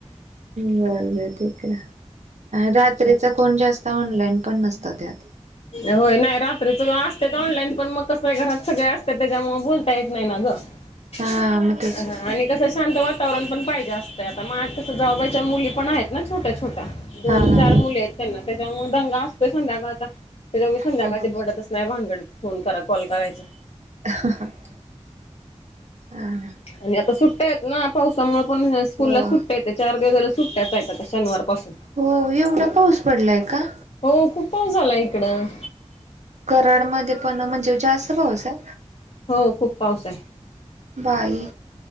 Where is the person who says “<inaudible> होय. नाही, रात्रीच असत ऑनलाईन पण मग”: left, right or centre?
Left